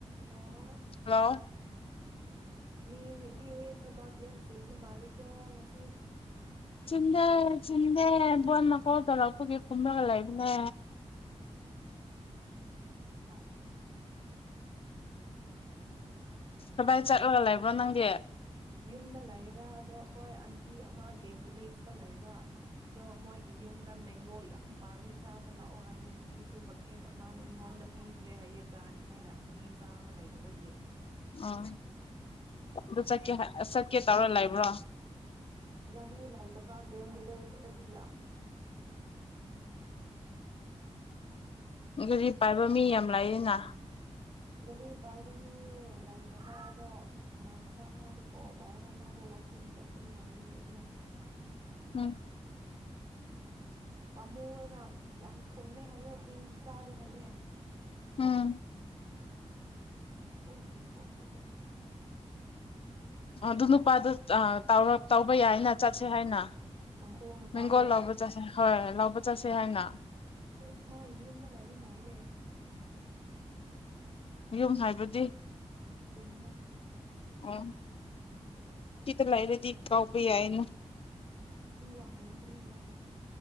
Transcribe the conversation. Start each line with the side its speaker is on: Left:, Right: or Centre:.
Right: ꯑꯣ
Left: ꯍꯜꯂꯣ <unintelligible>
Right: ꯃꯤꯗꯤ ꯊꯕꯛ ꯌꯥꯝ ꯆꯤꯟꯕ ꯃꯥꯜꯂꯦꯀꯣ ꯉꯁꯤ
Left: ꯆꯤꯟꯗꯦ ꯆꯤꯟꯗꯦ ꯃꯔꯨꯞ ꯑꯃ ꯀꯣꯜ ꯇꯧꯔꯛꯄꯒꯤ ꯀꯨꯝꯂꯒ ꯂꯩꯕꯅꯦ
Right: ꯑ ꯍꯔꯤ ꯑ ꯑꯗꯤ
Left: ꯀꯗꯥꯏ ꯆꯠꯂꯒ ꯂꯩꯕ꯭ꯔꯣ ꯅꯪꯗꯤ
Right: ꯌꯨꯝꯗ ꯂꯩꯗ ꯑꯗꯣ ꯑꯩꯈꯣꯏ ꯑꯟꯇꯤ ꯑꯃ ꯒꯦꯝ ꯚꯤꯂꯦꯖꯇ ꯂꯩꯕ ꯑꯗꯣ ꯃꯣꯏꯒꯤ ꯌꯨꯝꯗ ꯃꯦꯡꯒꯣ ꯌꯥꯝ ꯄꯥꯜꯂꯦ ꯆꯥꯕ ꯂꯥꯛ ꯑꯣ ꯍꯥꯏꯌꯦ ꯉꯁꯤꯁꯨ ꯕꯛꯀꯦꯠ ꯑꯃ ꯃꯤꯉꯣꯟꯗ ꯄꯤꯈꯔꯦ ꯍꯥꯏꯌꯦ ꯆꯥꯅꯤꯡꯉꯥꯏ ꯃꯤ ꯆꯥꯕ ꯂꯩꯗꯕꯒꯤ
Left: ꯑꯥ ꯑꯗꯨ ꯆꯠꯀꯦ ꯆꯠꯀꯦ ꯇꯧꯔ ꯂꯩꯕ꯭ꯔꯣ
Right: ꯒꯥꯔꯤ ꯂꯩ ꯇꯕ ꯒꯦꯝ ꯚꯤꯂꯦꯖꯇꯗꯤ ꯌꯥꯝ
Left: ꯒꯥꯔꯤ ꯄꯥꯏꯕ ꯃꯤ ꯌꯥꯝ ꯂꯥꯛꯅ
Right: ꯔꯤ ꯄꯥꯏꯕ ꯃꯤ ꯂꯥꯏꯛ ꯇꯕꯥꯗ ꯃꯥꯅ ꯃꯥ ꯀꯣꯜꯗ ꯃꯥꯗꯣ ꯋꯥꯀꯤ ꯁꯇꯅꯤ ꯍꯥꯏꯕ
Left: ꯎꯝ
Right: ꯄꯥꯃꯨ ꯍꯥꯏꯅ ꯌꯥꯝ ꯊꯨꯝꯃꯦ ꯍꯥꯏꯌꯦꯦ ꯇꯤꯟꯁꯨ ꯆꯥꯔꯦ ꯍꯥꯏꯌꯦꯦ ꯗ
Left: ꯎꯝ
Right: ꯍ ꯄꯗ ꯀ ꯁꯗ
Left: ꯑꯗꯨ ꯅꯨꯄꯥꯗ ꯇꯧꯕ ꯌꯥꯏꯅ ꯆꯠꯁꯦ ꯍꯥꯏꯅ
Right: ꯇꯥꯡꯈꯣꯜ ꯅꯨꯄꯥꯗꯨꯔꯥ
Left: ꯃꯦꯡꯒꯣꯜ ꯂꯧꯕ ꯆꯠꯁꯦ ꯍꯣꯏ ꯂꯧꯕ ꯆꯠꯁꯦ ꯍꯥꯏꯅ
Right: ꯑꯁ ꯃꯥꯒꯤ ꯌꯨꯝꯗ ꯂꯩꯕ ꯃꯥꯜꯂꯦ
Left: ꯌꯨꯝ ꯍꯥꯏꯕꯗꯤ
Right: ꯀ
Left: ꯎꯝ ꯀꯇ ꯂꯥꯏꯔꯦ ꯆꯀꯥꯎꯕꯤ ꯌꯥꯏꯅ
Right: ꯁꯪꯒ ꯋꯥꯡꯣ ꯎꯜꯂꯥꯁꯁꯤ